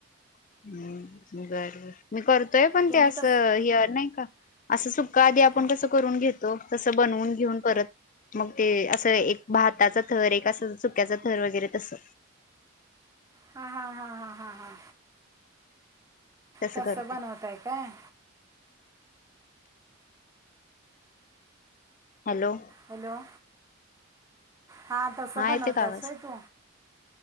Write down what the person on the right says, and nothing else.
तुम्ही
कसं
काय
हा हा हा हा हा हा
तस
बनवताय काय
हॅलो हा तसं बनवत
असोय तू